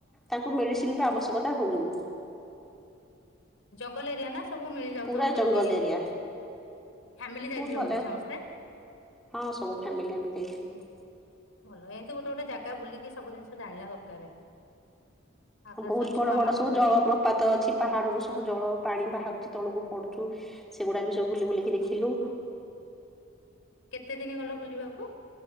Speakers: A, in the centre; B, on the left.
A: ତାଙ୍କୁ ମେଡିସିନର ଆବଶ୍ୟକତା ହଉନି।
B: ଜଙ୍ଗଲ ଏରିଆ ନା ସବୁ ମିଳି ଯାଉଥିବ
A: ପୁରା
B: ସବୁ
A: ଜଙ୍ଗଲ
B: ଇଏ
A: ଏରିଆ
B: ଫାମିଲି
A: ବହୁତ
B: ଯାଇଥିଲ
A: ଭଲ
B: ବୋଧେ ସମସ୍ତେ?
A: ହଁ ସବୁ ଫ୍ୟାମିଲି ଆମେ ଯାଇଥିଲୁ।
B: ଭଲ ଏମିତି ଗୋଟେ ଗୋଟେ ଜାଗା ବୁଲିକି ସବୁ ଜିନିଷ ଜାଣିବା ଦରକାର। ଆଉ ଖାସ
A: ବହୁତ
B: କରି ଛୁଆ
A: ବଡ ବଡ
B: ମାନଙ୍କୁ
A: ସବୁ
B: ତ
A: ଜଳପ୍ର
B: ନେଇକି।
A: ପାତ ଅଛି ପାହାଡରୁୁ ସବୁ ଜଳ ପାଣି ବାହାରୁଛି ତଳକୁ ପଡୁଚୁ। ସେଗୁଡା ବି ସବୁ ବୁଲି ବୁଲିକି ଦେଖିଲୁ।
B: କେତେ ଦିନ ଗଲ ବୁଲିବାକୁ?